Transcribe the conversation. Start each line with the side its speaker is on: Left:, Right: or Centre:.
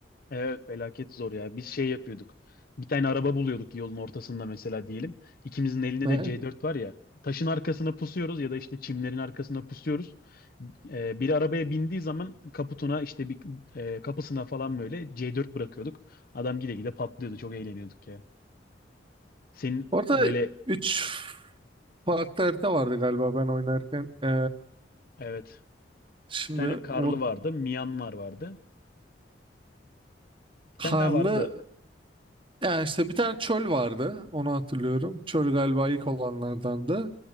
Left: Evet felaket zor ya. Biz şey yapıyorduk. Bir tane araba buluyorduk yolun ortasında mesela diyelim. İkimizin elinde
Right: Ne?
Left: de C4 var ya. Taşın arkasına pusuyoruz ya da işte çimlerin arkasına pusuyoruz. Ee, biri arabaya bindiği zaman kaputuna işte bir e, kapısına falan böyle C4 bırakıyorduk. Adam gide gide patlıyordu. Çok eğleniyorduk ya. Senin
Right: Orada
Left: böyle
Right: 3 farklı harita vardı galiba ben oynarken. Ee,
Left: evet
Right: şimdi
Left: bir tane karlı
Right: unut
Left: vardı. Myanmar vardı. Bir
Right: karlı
Left: tane daha vardı. da.
Right: yani işte bir tane çöl vardı onu hatırlıyorum. Çöl galiba ilk olanlardandı.